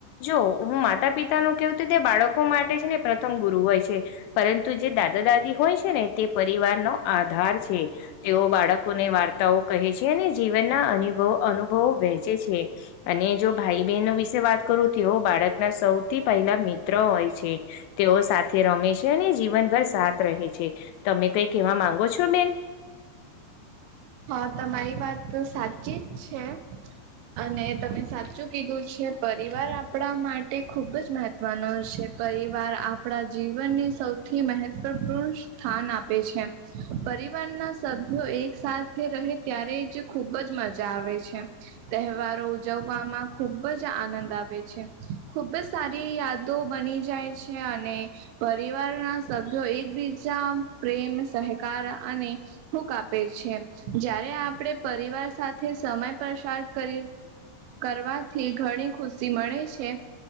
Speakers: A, on the left; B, on the right.
A: જો હું માતા-પિતાનું કહું તે બાળકો માટે છે. ને પ્રથમ ગુરુ હોય છે. પરંતુ જે દાદા-દાદી હોય છે ને તે પરિવારનો આધાર છે. તેઓ બાળકોને વાર્તાઓ કહે છે અને જીવનના અનીભો અનુભવો વહેંચે છે. અને જો ભાઈ બહેનો વિશે વાત કરું તેઓ બાળકના સૌથી પહેલા મિત્ર હોય છે. તેઓ સાથે રમે છે અને જીવનભર સાથ રહે છે. તમે કઈ કેવા માંગો છો બેન?
B: હા તમારી વાત તો સાચી જ છે. અને તમે સાચું કીધું છે પરિવાર આપણા માટે ખુબ જ મહત્વ મા નો છે પરિવાર આપણા જીવનની સૌથી મહત્વપૂર્ણ સ્થાન આપે છે પરિવારના સભ્યો એકસાથ તે રહે ત્યારે જ ખુબ જ મજા આવે છે. તહેવારો ઉજવવામાં ખુબ જ આનંદ આવે છે. ખુબ જ સારી યાદો બની જાય છે. અને પરિવારના સભ્યો એકબીજા પ્રેમ સહકાર અને હુક આપે છે. જ્યારે આપણે પરિવાર સાથે સમય પસાર કરી કરવાથી ઘણી ખુશી મળે છે.